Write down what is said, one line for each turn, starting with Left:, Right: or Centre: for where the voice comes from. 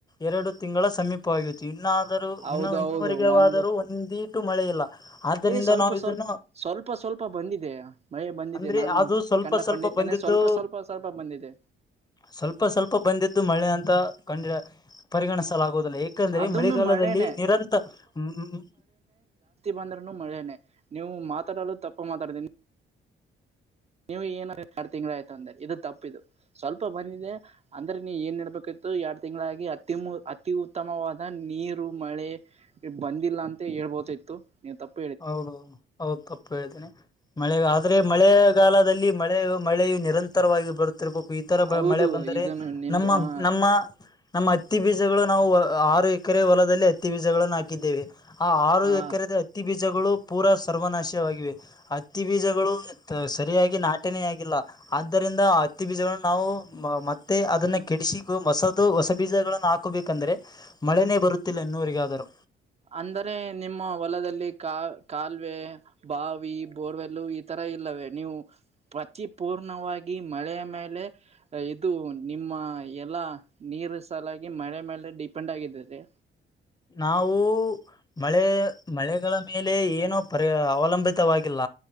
Left: ಎರಡು ತಿಂಗಳ ಸಮೀಪ. ತಪ್ಪತ್ತು ಇನ್ನಾದರೂ
Right: ಹೌದ
Left: ಇನ್ನುೂ ಇನ್ನವರೆಗೆಾದರೂ
Right: ಹೌದು ಒಂದು
Left: ಒಂದಿಟು ಮಳೆ ಇಲ್ಲ ಆದ್ದರಿಂದ
Right: ಏ ಸ್ವಲ್ಪ
Left: ನಾವು ಇದನ್ನು
Right: ಸ್ವಲ್ಪ ಸ್ವಲ್ಪ ಸ್ವಲ್ಪ ಬಂದಿದೆೆಯ. ಮಳೆ ಬಂದಿದೆ
Left: ಅಂದ್ರೆ
Right: ನಾನು
Left: ಅದು ಸ್ವಲ್ಪ
Right: ಕಂಡ
Left: ಸ್ವಲ್ಪ
Right: ಪಂಡಿತನೇ
Left: ಬಂದಿದ್ದು
Right: ಸ್ವಲ್ಪ ಸ್ವಲ್ಪ ಸ್ವಲ್ಪ ಬಂದಿದ್ದೆ.
Left: ಸ್ವಲ್ಪ ಸ್ವಲ್ಪ ಬಂದಿದ್ದು ಮಳೆ ಅಂತ ಕಂಡಿರ ಪರಿಗಣಿಸಲಾಗುವುದಿಲ್ಲ ಯಾಕಂದ್ರೆ
Right: ಅದನ್ನು
Left: ಮಳೆಗಾಲದಲ್ಲಿ
Right: ಮಳೆನೆ
Left: ನಿರಂತರ ಹ
Right: ಬಂದ್ರನು ಮಳನೆ ನೀವು ಮಾತಾಡಲು ತಪ್ಪ ಮಾತಾಡತೀನಿ. ನೀವು ಏನ ಎರಡು ತಿಂಗಗಳ ಆಯ್ತು ಅಂದ್ರೆ ಇದು ತಪ್ಪ ಇದು ಸ್ವಲ್ಪ ಬಂದಿದೆ. ಅಂದ್ರೆ ನೀ ಏನ್ ನಡ್ಬೇಕಾಗಿತ್ತು ಎರಡ್ ತಿಂಗಳಾಗಿ ಅತಿ ಅತಿ ಉತ್ತಮವಾದ ನೀರು ಮಳೆ ಬಂದಿಲ್ಲ ಅಂತ ಹೇಳ್ಬೋತ ಇತ್ತು ನೀ ತಪ್ಪ.
Left: ಹೌದೌ ಹೌದು ತಪ್ಪು ಹೇಳ್ತೇನೆ. ಮಳೆ ಆದ್ರೆ ಮಳೆಗಾಲದಲ್ಲಿ ಮಳೆ ಮಳೆಯು ನಿರಂತರವಾಗಿ ಬರು ರ್ಬೇಕು ಈ ತರ
Right: ಹೌದು
Left: ಮಳೆ ಬಂದರೆ
Right: ಇದನ್ನು ನಿಮ್ದು
Left: ನಮ್ಮ
Right: ಹ
Left: ನಮ್ಮ. ನಮ್ಮ ಹತ್ತಿ ಬೀಜಗಳು ನಾವು ಆರು ಎಕರೆ ಹೊಲದಲ್ಲಿ ಹತ್ತಿ ಬೀಜಗಳನ್ನು ಹಾಕಿದ್ದೇವೆ. ಆ ಆರು
Right: ಹ
Left: ಎಕರೆದ ಅತ್ತಿ ಬೀಜಗಳು ಪೂರಾ ಸರ್ವನಾಶವಾಗಿವೆ ಅತ್ತಿ ಬೀಜಗಳು ಸರಿಯಾಗಿ ನಾಟನೇ ಆಗಿಲ್ಲ. ಆದ್ದರಿಂದ ಹತ್ತಿ ಬೀಜಗಳನ್ನು ನಾವು ಮತ್ತೆ ಅದನ್ನ ಕೆಡಿಸ ಮಸದು ಹೊಸ ಬೀಜನ್ನ ಹಾಕ ಹಾಕೋಬೇಕಂದ್ರೆ ಮಳೆನೇ ಬರುತ್ತಿಲ್ಲ ಇನ್ನುವಗಾದರು.
Right: ಅಂದರೆ ನಿಮ್ಮ ಹೊಲದಲ್ಲಿ ಕಾ ಕಾಲುವೆ ಬಾವಿ ಬೋರ್ವೆಲ್ಲ ಈ ತರ ಇಲ್ಲವೇ ನೀವು ಪತಿಪೂರ್ಣವಾಗಿ ಮಳೆಯ ಮೇಲೆ ಇದು ನಿಮ್ಮ ಎಲ್ಲ ನೀರು ಸಲಾಗಿ ಮಳೆ ಮೇಲೆ ಡಿಪೆಂಡ್ ಆಗಿದೆ.
Left: ನಾವು. ಮಳೆ ಮಳೆಗಳ ಮೇಲೆ ಏನು ಪರಿ ಅವಲಂಬಿತವಾಗಿಲ್ಲ.